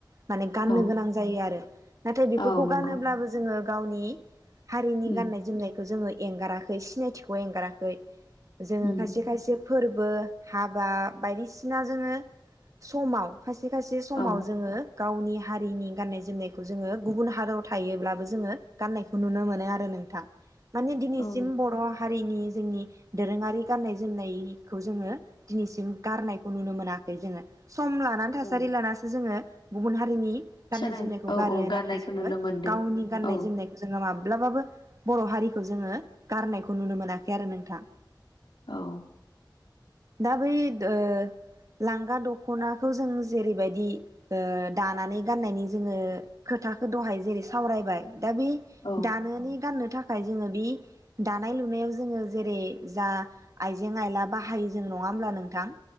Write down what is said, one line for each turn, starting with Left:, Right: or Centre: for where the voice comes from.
Right: माने गाननो
Left: औ
Right: गोनां जायो आरो नाथाय बेफोरखौ
Left: औ नंगौ
Right: गानोब्लाबो जोङो गावनि हारिनि
Left: उम
Right: गाननाय जोमनायखौ जोङो एंगारा सिनायथिखौ एंगाराखै जोङो
Left: उम
Right: खायसे खायसे फोरबो हाबा बायदिसिना जोङो समा खायसे खायसे समाव
Left: औ
Right: जोङो गावनि हारिनि गाननाय जोमनायखौ जोङो गुबुन हादराव थायोब्लाबो जोङो गाननायखौ नुनो मोनो आरो नोंथां माने सिम
Left: औ
Right: बर' हारिनि जोंनि दोरोङारि गाननाय जोमनायखौ जोङो दिनैसिम गारनायखौ नुनो मोनाखै जोङो सम लानानै थासारि
Left: औ
Right: लानासो जोङो गुबुन हारिनि गाननाय
Left: सोलाय
Right: जोमनायखौ
Left: औ
Right: गारो
Left: औ गाननायखौ
Right: नाथाय जोङो
Left: नुनो मोनदों
Right: गावनि गाननाय
Left: औ
Right: जोमनायखौ जोङो माब्लाबाबो बर हारि खौ जोङो गारनायखौ नुनो मोनाखै आरो नोंथां
Left: औ
Right: दा बै दो लांगा दखनाखौ जों जेरैबायदि ओ दानानै गाननायनि जोङो खोथाखौ दहाय जेरै सावरायबाय दा बे
Left: औ
Right: दानोनि गाननो थाखाय जोङो बि दानाय लुनायाव जोङो जेरै जा आइजें आइला बाहायो जों नङा होमब्ला नोंथां